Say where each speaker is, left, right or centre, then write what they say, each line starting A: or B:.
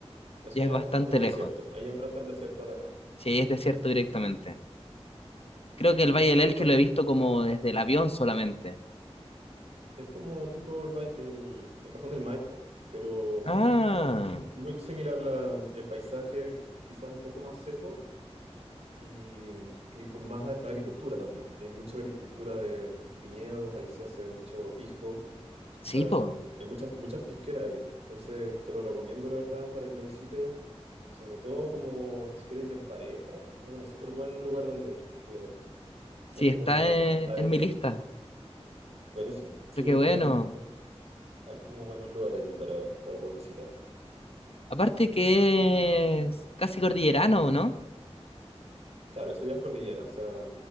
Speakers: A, on the right (about 80°); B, on the left (about 65°).
A: Eso
B: ya
A: ya
B: es bastante
A: es como
B: lejos,
A: desierto. Ahí ya entraste al desierto de Atacama.
B: sí, ahí es desierto directamente. Creo que el
A: Bueno,
B: Valle
A: siempre
B: del Elqui
A: hay parte.
B: lo he visto como desde el avión solamente.
A: Es como tipo el, valle- el, el Cajón del Maipo, pero
B: Ah,
A: muy similar la, el paisaje, quizá un poco más seco. Y, mm, y con más a- agricultura también, que hay mucha agricultura de viñedos, ahí se hace mucho pisco, están,
B: sí, po,
A: hay muchas, muchas pisqueras ahí, entonces te lo recomiendo la verdad para que lo visites, sobre todo como si quieres ir en pareja, es un súper buen lugar donde ir, porque es
B: sí,
A: como
B: está en,
A: mm, hay,
B: en mi lista,
A: buenísimo, sí,
B: pero qué
A: porque
B: bueno.
A: hay, hay como buenos lugares ahí para, para poder visitar.
B: Aparte que es casi cordillerano, ¿no?
A: Claro, eso ya es cordillera, o sea,